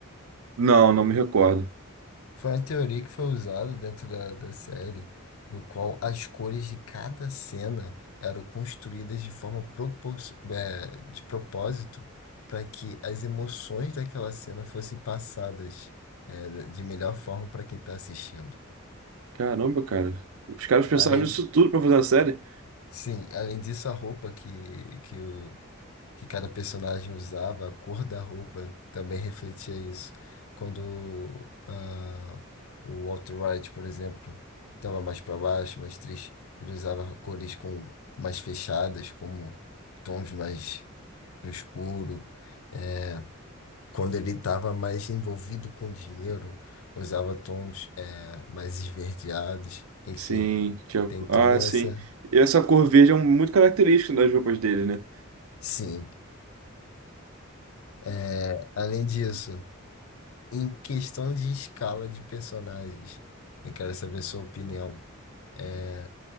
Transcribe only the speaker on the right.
Não, não me recordo.
Caramba, cara. Os caras pensaram
nisso tudo pra fazer a série?
Sim, que é o-
Ah, sim.
E essa cor verde é um- muito característica das roupas dele, né?